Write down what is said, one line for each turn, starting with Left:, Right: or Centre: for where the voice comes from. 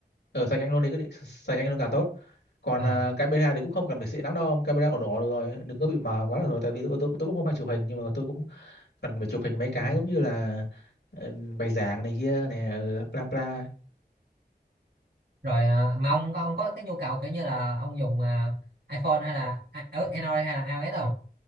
Left: ở sạc nhanh luôn thì cứ đi- sạc nhanh luôn càng tốt còn
Right: À.
Left: ờ, camera thì cũng không cần phải xịn lắm đâu camera ổn ổn được rồi đừng có bị mờ quá là rồi tại vì tôi, tôi, tôi cũng không hay chụp hình nhưng mà tôi cũng cần phải chụp hình mấy cái
Right: ừ.
Left: giống như là ờ, bài giảng này kia này uh, bla bla
Right: rồi à, mà ông có ông có cái nhu cầu kiểu như là ông dùng à, iPhone hay là à, ở Android hay là iOS không